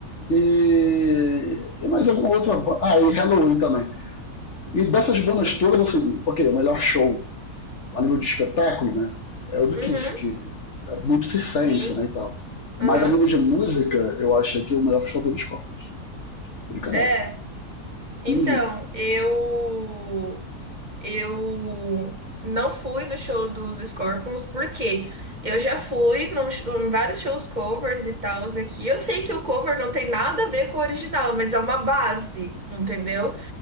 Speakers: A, on the left; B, on the right.
A: E, e mais alguma outra. ba- Ah, e Halloween também. E dessas bandas todas, assim, ok, o melhor show a nível de espetáculo, né? É o do
B: Uhum.
A: Kiss, que é muito circense,
B: Sim.
A: né? E tal. Mas
B: Aham.
A: a nível de música, eu acho que é o melhor show foi do Scorpions. Foi do caralho.
B: É. Então,
A: Uhum.
B: eu eu não fui no show dos Scorpions porque eu já fui num sh- em vários shows covers e tals aqui. Eu sei que o cover não tem nada a ver com o original, mas é uma base, entendeu?